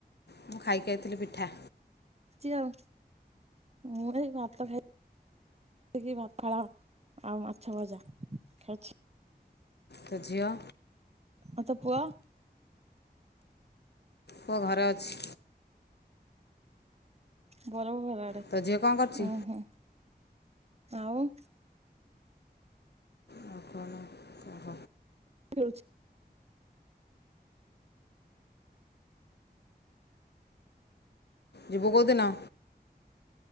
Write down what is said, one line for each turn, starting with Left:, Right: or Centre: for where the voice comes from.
Left: ମୁଁ ଖାଇକି ଆଇଥିଲି ପିଠା।
Right: ଚି ଆଉ ମୁଁ ଏଇ ଭାତ ଖାଇ କି ପଖାଳ ଆଉ ମାଛ ଭଜା ଖାଇଛି।
Left: ତୋ ଝିଅ?
Right: ଆଉ ତୋ ପୁଅ?
Left: ପୁଅ ଘରେ ଅଛି।
Right: ବଡ ବୋଉ ଘର ଆଡେ
Left: ତୋ ଝିଅ କ'ଣ କରୁଛି
Right: ଉହୁଁ ଆଉ।
Left: ଆଉ କ'ଣ କହ
Right: ଖେଳୁଛି।
Left: ଯିବୁ କୋଉଦିନ?